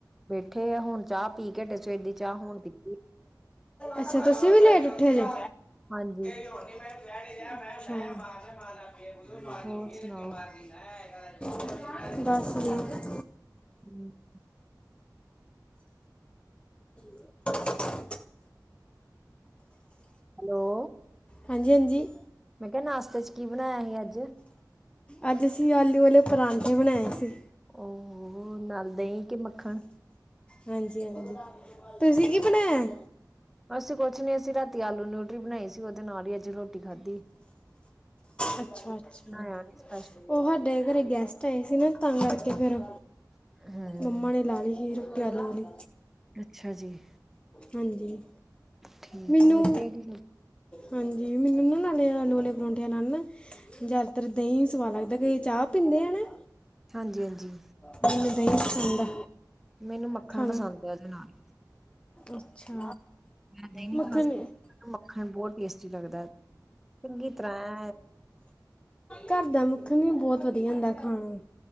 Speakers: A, in the centre; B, on the left.
A: ਬੈਠੇ ਆ, ਹੁਣ ਚਾਹ ਪੀ ਕੇ ਹਟੇ, ਸਵੇਰ ਦੀ ਚਾਹ ਹੁਣ ਪੀਤੀ।
B: ਅੱਛਾ, ਤੂਸੀ ਵੀ ਲੇਟ ਉਠੇ ਹੋ?
A: ਹਾਂਜੀ।
B: <unintelligible>
A: ਹੋਰ
B: <unintelligible>
A: ਸੁਣਾਓ ਹਮ, <inaudible>
B: <unintelligible>
A: ਹੈਲੋ।
B: ਹਾਂਜੀ, ਹਾਂਜੀ।
A: ਮੈਂ ਕੇਆ ਨਾਸ਼ਤੇ ਚ, ਕੀ ਬਣਾਏਆ ਸੀ ਆਜ?
B: ਆਜ, ਅਸੀ ਆਲੂ ਵਾਲੇ ਪਰਾਂਠੇ ਬਣਾਏ ਸੀ।
A: ਓ ਹੋ ਨਾਲ ਦਹੀਂ ਕੇ ਮੱਖਣ?
B: ਹਾਂਜੀ, ਹਾਂਜੀ ਤੂਸੀ ਕੀ ਬਣਾਏਆ?
A: ਅਸੀ ਕੁੱਛ ਨੀ, ਅਸੀ ਰਾਤੀ, ਆਲੂ ਨਿਊਟਰੀ ਬਨਾਈ ਸੀ, ਓਦੇ ਨਾਲ ਈ ਰੋਟੀ ਖਾਧੀ,
B: ਅੱਛਾ
A: ਕੂਛ
B: ਅੱਛਾ
A: ਬਨਾਏਆ ਨੀ ਸਪੈਮ਼ਲ।
B: ਉਹ ਸਾਡੇ ਘਰੇ ਗੈਸਟ ਆਏ ਸੀ ਨਾ ਤਾ ਕਾਰਕੇ ਫੇਰ,
A: ਹਮ
B: ਮੰਮਾ ਨੇ ਲਾ ਲੀ ਸੀ ਰੋਟੀ ਆਲੂ ਵਾਲੀ।
A: ਅੱਛਾ ਜੀ।
B: ਹਾਂਜੀ,
A: ਠੀਕ
B: ਮੀਨੂੰ
A: ਹੈ ਵਧੀਆ ਜੀ
B: ਹਾਂਜੀ, ਮੀਨੂੰ ਨਾ ਨਾਲੇ ਆਲੂ ਵਾਲੇ ਪਰੌਂਠੇਂਆ ਨਾਲ ਨਾ ਜਾਦਾਤਰ ਦਹੀਂ ਸਵਾਦ ਲਾਗਦਾ, ਕਈਂ ਚਾਹ ਪੀਂਦੇ ਐ ਨਾ
A: ਹਾਂਜੀ ਹਾਂਜੀ
B: ਮੈਨੂੰ ਦਹੀਂ ਪਸੰਦ ਆ।
A: ਮੈਨੂੰ ਮੱਖਣ
B: ਖਾਣਾ
A: ਪਸੰਦ ਐ ਐਦੇ ਨਾਲ।
B: ਅੱਛਾ,
A: ਮੈਂ ਦਹੀਂ ਨਹੀਂ
B: ਮੱਖਣ
A: ਖਾ ਸਕਦੀ। ਮੱਖਣ ਬੋਤ ਟੇਸਟੀ ਲੱਗਦੈ, ਚੰਗੀ ਤਰਾਂ ਐਂ
B: ਘਾਰ ਦਾ ਮੱਖਣ ਵੀ ਬੋਤ ਵਦੀਆ ਹੁੰਦਾ ਖਾਣ ਨੂੰ।